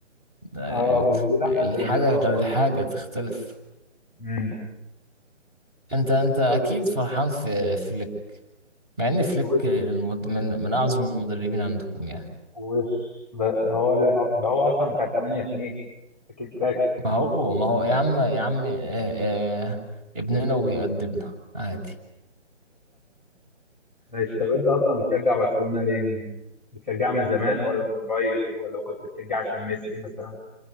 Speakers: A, on the right; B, in the centre.
A: ده
B: اه
A: ال-
B: بس دي لحظة
A: الحاجة
B: الانتقام
A: غير
B: برضه
A: الحاجة تختلف
B: مم.
A: انت انت اكيد
B: طب
A: فرحان في في مع ان فليك
B: وش
A: المد... من من اعظم المدربين عندكم يعني
B: وش ب- هو ال- ده هو أصلا بتاع 8 2 أكيد فاكر
A: ما هو ما هو يا عم يا عم آه آه ابننا وبيقدمنا عادي
B: ماشي طب انت اصلا بتشجع برشلونة ليه من بتشجع من زمان ولا من قريب ولا كنت بتشجع عشان ميسي مثلا